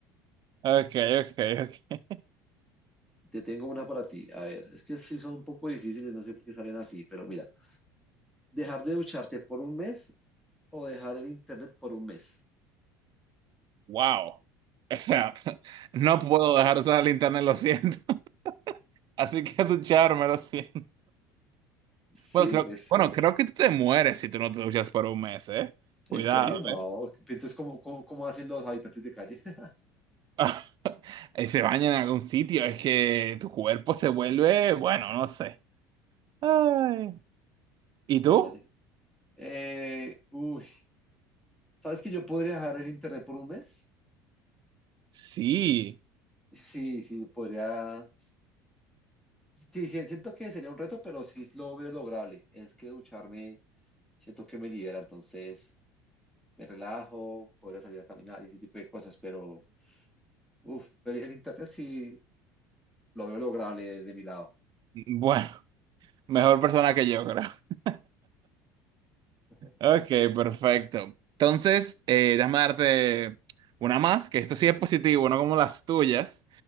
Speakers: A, on the right; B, in the centre.
A: Ok, ok, ok.
B: Te tengo una para ti. A ver, es que sí son un poco difíciles, no sé por qué salen así, pero mira, dejar de ducharte por un mes o dejar el internet por un mes.
A: Wow. O sea, <laughs> no puedo dejar usar el internet, lo siento. <laughs> Así que tu char, me lo siento.
B: Sí,
A: Bueno, creo,
B: pues.
A: bueno, creo que tú te mueres si tú no te duchas por un mes, ¿eh?
B: ¿En
A: Cuidado,
B: serio? No.
A: ¿eh?
B: Entonces, ¿cómo, cómo, cómo hacen los habitantes de calle? <laughs>
A: <laughs> Y se baña en algún sitio, es que tu cuerpo se vuelve, bueno, no sé. Ay. ¿Y tú?
B: Vale. Eh, uy, ¿Sabes que yo podría dejar el internet por un mes?
A: Sí.
B: Sí, sí, podría. Sí, sí, siento que sería un reto, pero sí lo veo lograble. Es que ducharme, siento que me libera, entonces me relajo, podría salir a caminar y ese tipo de cosas, pero uf, pero el internet sí lo veo lograble desde mi lado.
A: Bueno, <laughs> mejor persona que yo, creo. <laughs>
B: <laughs>
A: Ok, perfecto. Entonces, eh, déjame darte una más, que esto sí es positivo, no como las tuyas.